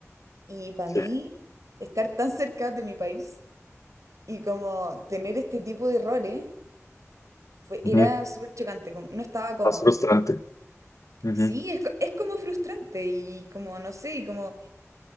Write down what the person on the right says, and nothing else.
Y para
mí, estar tan cerca de mi país Y como tener este tipo de errores fue,
era súper chocante, como, no estaba cómoda.
Sí, es, co- es como frustrante y como, no sé, y como,